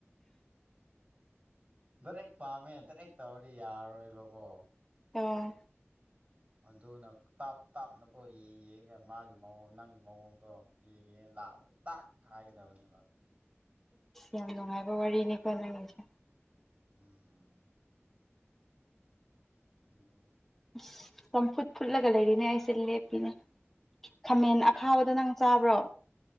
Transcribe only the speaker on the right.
ꯔꯦꯛ ꯄꯥꯝꯃꯦ ꯗꯥꯔꯦꯛ ꯇꯧꯔꯗꯤ ꯌꯥꯔꯔꯣꯏꯕꯀꯣ
ꯑꯗꯨꯅ ꯇꯥꯞ ꯇꯥꯞꯅꯀꯣ ꯌꯦꯡꯉ ꯌꯦꯡꯒꯦ ꯃꯥꯒꯤ ꯃꯑꯣꯡ ꯅꯪꯒꯤ ꯃꯑꯣꯡꯗꯣ ꯌꯦꯡꯉꯦ ꯂ ꯇꯥꯛ ꯈꯥꯏꯒꯗꯅꯦ
ꯎꯝ ꯎ
ꯑꯣ